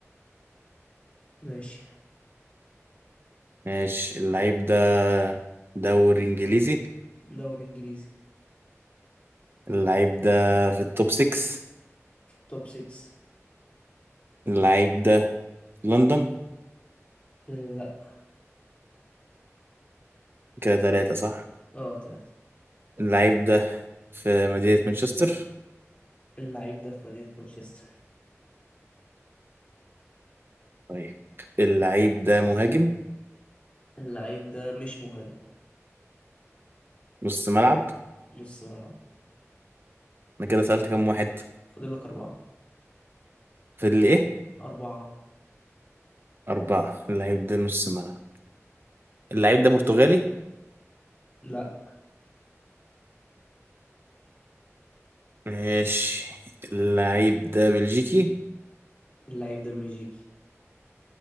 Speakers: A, on the left; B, on the right.
A: ماشي
B: ماشي اللعيب ده دوري انجليزي
A: دوري انجليزي
B: اللعيب ده في التوب 6
A: في التوب 6
B: اللعيب ده في لندن
A: لا
B: كده ثلاثة صح
A: اه تلاتة
B: اللعيب ده في مدينة مانشستر
A: اللعيب ده في مدينة مانشستر
B: طيب اللعيب ده مهاجم
A: اللعيب ده مش مهاجم
B: نص ملعب
A: نص ملعب
B: انا كده سألت كام واحد
A: فاضل لك أربعة
B: في اللي ايه
A: أربعة
B: أربعة اللعيب ده نص ملعب اللعيب ده برتغالي
A: لا
B: ماشي اللعيب ده بلجيكي
A: اللعيب ده بلجيكي